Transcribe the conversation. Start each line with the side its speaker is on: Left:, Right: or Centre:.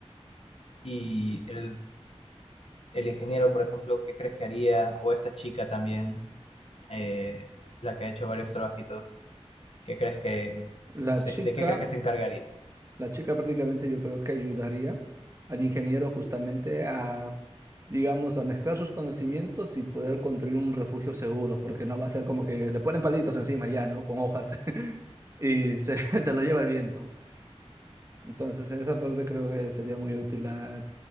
Left: Y el, el ingeniero, por ejemplo, ¿qué crees que haría? O esta chica también, eh, la que ha hecho varios trabajitos, ¿qué crees que
Right: La
Left: se-
Right: chica,
Left: ¿de qué crees que se encargaría?
Right: la chica prácticamente yo creo que ayudaría al ingeniero justamente a, digamos, a mezclar sus conocimientos y poder construir un refugio seguro, porque no va a ser como que le ponen palitos encima ya, ¿no? Con hojas <laughs> y se, <laughs> se lo lleva el viento. Entonces, en esa parte creo que sería muy útil la